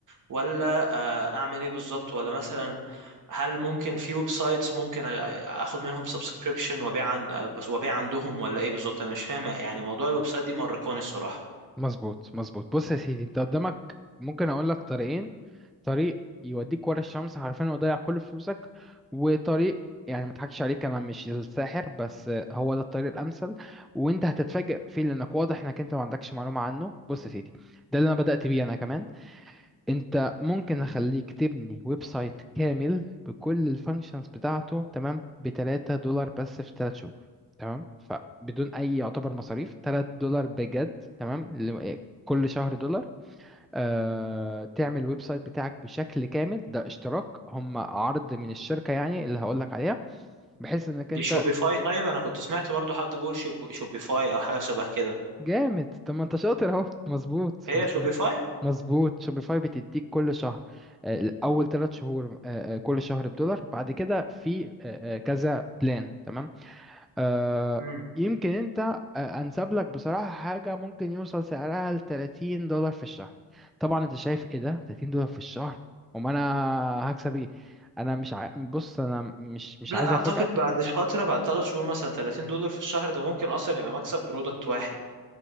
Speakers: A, on the right (about 55°); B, in the centre.
A: ولا آه، اعمل ايه بالظبط ولا مثلا هل ممكن في ويب سايتس ممكن أ- اخد منهم سبسكريبشن وابيع عن آه، بس وابيع عندهم ولا ايه بالظبط انا مش فاهم يعني موضوع الويب سايت دي مقرقاني الصراحة
B: مظبوط مظبوط بص يا سيدي انت قدامك ممكن اقول لك طريقين طريق يوديك ورا الشمس حرفيا ويضيع كل فلوسك وطريق يعني ما اضحكش عليك انا مش الساحر بس هو ده الطريق الامثل وانت هتتفاجئ فيه لانك واضح انك انت ما عندكش معلومه عنه بص يا سيدي ده اللي انا بدات بيه انا كمان انت ممكن اخليك تبني ويب سايت كامل بكل الفانكشنز بتاعته تمام ب 3 دولار بس في 3 شهور تمام فبدون اي يعتبر مصاريف 3 دولار بجد تمام اللي- كل شهر دولار آه، تعمل ويب سايت بتاعك بشكل كامل ده اشتراك هم عرض من الشركة يعني اللي هقولك عليها بحيث انك
A: دي
B: انت
A: شوبيفاي طيب انا كنت سمعت برضو حد بيقول شيب- شوبيفاي او حاجة شبه كده
B: جامد طب ما انت شاطر اهو مظبوط
A: هي
B: مظبوط
A: شوبيفاي
B: مظبوط شوبيفاي بتديك كل شهر آه، اول ثلاث شهور آه، آه، كل شهر بدولار بعد كده في آه، آه، كذا بلان تمام آه،
A: امم
B: يمكن انت آه، انسب لك بصراحة حاجة ممكن يوصل سعرها ل 30 دولار في الشهر طبعا انت شايف ايه ده 30 دولار في الشهر وما انا هكسب ايه انا مش ع... بص انا مش مش
A: لا
B: عايز
A: اعتقد
B: افاجئك
A: بعد فترة بعد ثلاث شهور مثلا 30 دولار في الشهر ده ممكن اصلا يبقى مكسب برودكت واحد